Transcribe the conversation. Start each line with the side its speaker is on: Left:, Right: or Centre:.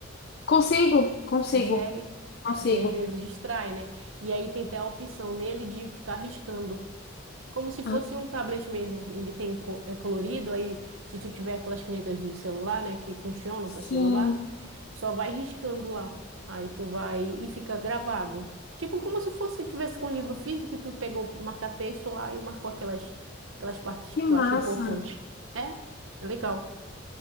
Left: Consigo, consigo,
Right: Consegue?
Left: consigo.
Right: É porque às vezes distrai, né? E aí tem até a opção nele de ficar riscando. Como se fosse
Left: Ah,
Right: um tablet mesmo. Ele tem co- é colorido, aí se tu tiver aquelas canetas de celular, né, que funcionam
Left: sim,
Right: para celular, tu só vai riscando lá. Aí tu vai e fica gravado. Tipo como se fosse tivesse com um livro físico e tu pegou o marca-texto lá e marcou aquelas aquelas partes
Left: que
Right: que tu
Left: massa.
Right: acha importante. É? É legal.